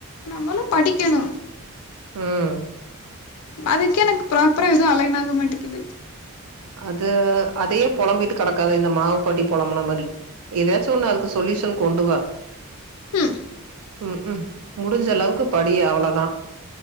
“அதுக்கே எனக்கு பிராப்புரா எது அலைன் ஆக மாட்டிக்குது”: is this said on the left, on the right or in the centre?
Left